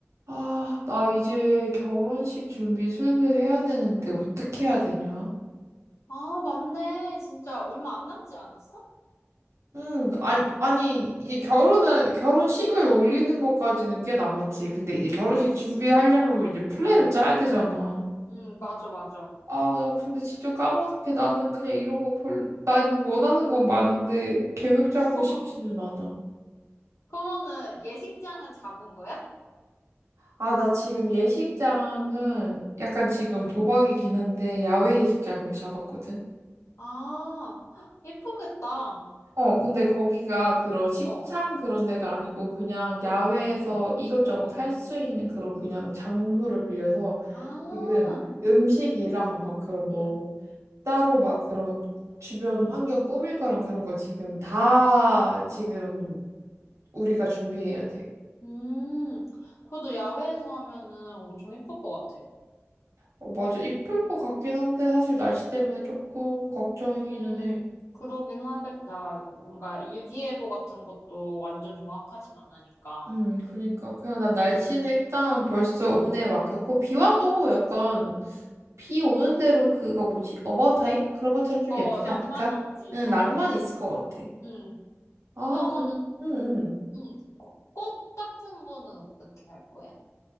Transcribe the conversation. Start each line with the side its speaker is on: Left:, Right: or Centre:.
Right: 아, 나 이제 결혼식 준비 슬슬 해야 되는데 어떻게 해야 되냐?
Left: 아, 맞네. 진짜 얼마 안 남지 않았어?
Right: 음, 아니, 아니, 이제 결혼을, 결혼식을 올리는 것까지는 꽤 남았지. 근데 이제 결혼식
Left: 그치, 그치.
Right: 준비하려면 이제 플랜을
Left: 응,
Right: 짜야 되잖아.
Left: 응, 맞아, 맞아.
Right: 아, 나 근데 진짜 까맣게 나는 그냥 이런 거 별, 난 원하는 건 많은데 계획 짜고
Left: <laughs>
Right: 싶지는 않아.
Left: 그러면은 예식장은 잡은 거야?
Right: 아, 나 지금 예식장은 약간 지금
Left: 응,
Right: 도박이긴 한데 야외 예식장으로
Left: 응.
Right: 잡았거든.
Left: 아, 헉, 예쁘겠다.
Right: 어, 근데 거기가 그런 식장
Left: 어,
Right: 그런 데가 아니고 그냥 야외에서
Left: 응,
Right: 이것저것 할
Left: 응.
Right: 수 있는 그런 그냥 장소를 빌려서
Left: 아,
Right: 지금 음식이랑 막 그런 뭐
Left: 응,
Right: 따로 막 그런 주변
Left: 응.
Right: 환경 꾸밀 거랑 그런 거 지금 다 지금 우리가 준비해야 돼.
Left: 음, 그래도 야외에서 하면은 엄청 예쁠 것 같아.
Right: 어, 맞아. 이쁠 것 같긴 한데 사실 날씨 때문에 조금 걱정이기는
Left: 음,
Right: 해.
Left: 그러긴 하겠다. 뭔가 일기예보 같은 것도 완전 정확하진 않으니까.
Right: 음, 그니까. 그냥 난 날씨는 일단 벌써
Left: 응.
Right: 운에 맡겼고, 비 와도 약간, 비 오는 대로 그거 뭐지? 어바웃타임? 그런 것처럼 좀
Left: 어,
Right: 예쁘지
Left: 낭만이
Right: 않을까?
Left: 있지.
Right: 응,
Left: 어.
Right: 낭만이 있을 것 같아.
Left: 응.
Right: 아,
Left: 그러면은,
Right: 근, 응, 응.
Left: 음, 꽃꽃 같은 거는 어떻게 할 거야?